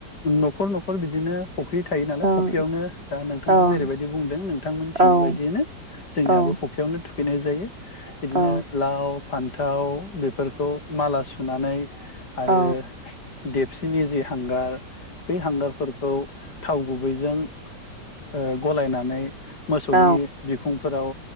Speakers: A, on the left (about 65°); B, on the right (about 35°).
A: नखर नखर बिदिनो फुख्रि थायो नालाय
B: ओं
A: फुख्रियावनो दा नोंथाङा
B: ओं
A: जेरैबायदि बुंदों नोंथांमोनथिंनि
B: ओं
A: बायदियैनो जोंनियाबो
B: औ
A: फुख्रियावनो थु फैनाय जायो बिदिनो
B: औ
A: लाव फान्थाव बेफोरखौ माला सु सुनानै आरो
B: औ
A: दिप बिसिनि जि हांगार बे हांगारफोरखौ थाव गुबैजों ओ गलायनानै मोसौनि
B: औ
A: बिखुंफोराव